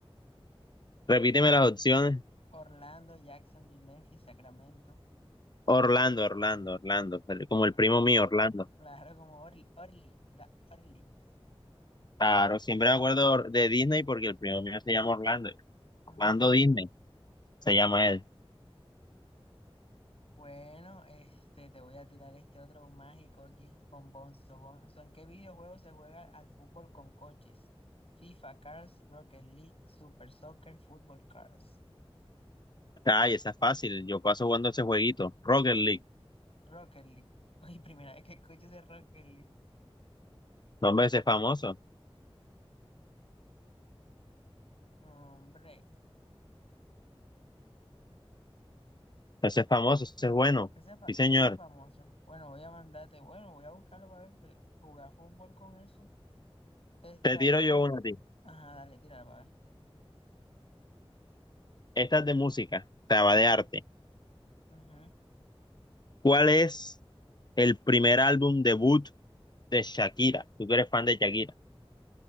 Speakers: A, on the left; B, on the left.
A: Repíteme las opciones.
B: Orlando, Jacksonville, Memphis, Sacramento.
A: Orlando, Orlando, Orlando. pero Como el
B: Ah,
A: primo mío, Orlando.
B: claro, como Orly, Orly, la Orly.
A: Claro, siempre me acuerdo de Disney porque el primo mío se llama Orlando. Orlando
B: Ujú.
A: Disney, se llama él.
B: Bueno, este, te voy a tirar este otro mágico aquí con Bonzo. Bonzo, ¿en qué videojuego se juega al fútbol con coches? FIFA Cars, Rocket League, Super Soccer, Football Cars.
A: Ay, esa es fácil. Yo paso jugando ese jueguito. Rocket League.
B: Rocket League. <laughs> Oye, primera vez que escucho ese Rocket League.
A: No, hombre, ese es famoso.
B: Hombre,
A: Ese es famoso, ese es bueno.
B: ese, fa-
A: Sí, señor.
B: ese es famoso. Bueno, voy a mandarte, bueno, voy a buscarlo para ver porque jugar fútbol con eso. Te
A: Te
B: salió
A: tiro yo
B: cual.
A: una a ti.
B: Ajá, dale, tíralo para ver.
A: Esta es de música, o sea, va de arte.
B: Ujú,
A: ¿Cuál es el primer álbum debut de Shakira? Tú que eres fan de Shakira.